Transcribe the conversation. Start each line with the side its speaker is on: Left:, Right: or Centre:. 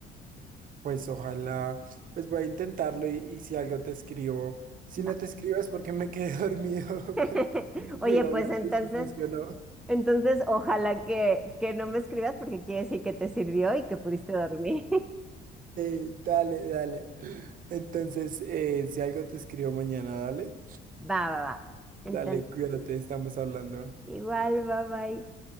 Right: Pues ojalá, pues voy a intentarlo y, y si algo te escribo, si
Centre: Va.
Right: no te escribo es porque me quedé <laughs> dormido
Centre: <laughs>
Right: con el
Centre: Oye,
Right: ruido
Centre: pues
Right: blanco
Centre: entonces,
Right: y si funcionó.
Centre: entonces ojalá que, que no me escribas porque quiere decir que te sirvió y que pudiste dormir.
Right: Eh, dale, dale. Entonces, eh, si algo te escribo mañana, dale,
Centre: <laughs> Va, va, va.
Right: dale,
Centre: Entonces,
Right: cuídate, estamos hablando.
Centre: igual, bye bye.